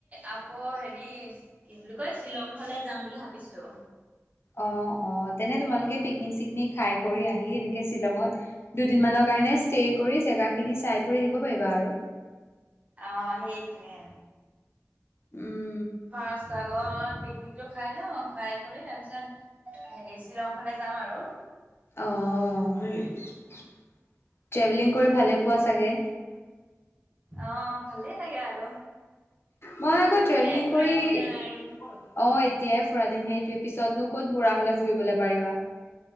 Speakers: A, on the right; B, on the left.
A: আকৌ হেৰি- কি বুলি কয় শ্বিলং ফালে যাম বুলি ভাবিছো।
B: অ অ তেনে তোমালোকে পিকনিক চিকনিক খাই কৰি আহি এনেকে শ্বিলঙত। দুদিনমানৰ কাৰণে ষ্টে কৰি জেগাখিনি চাই কৰি আহিব পাৰিবা আৰু।
A: অ‍ঁ সেইটোৱে।
B: উম
A: ফাৰ্ষ্ট আগত পিকনিকটো খাই লওঁ খাই কৰি তাৰপিছত। হেৰি শ্বিলং ফালে যাম আৰু।
B: অ ট্ৰেভেলিং কৰি ভালে পোৱা চাগে।
A: অঁ ভালেই লাগে আৰু।
B: মই আকৌ
A: এতিয়াই
B: ট্ৰেভেলিং
A: ঘূৰা
B: কৰি অ-
A: দিন আৰু।
B: এতিয়াই ফুৰাদিন সেইটোৱে পিছতনো কত বুঢ়া হলে ফুৰিবলে পাৰিবা।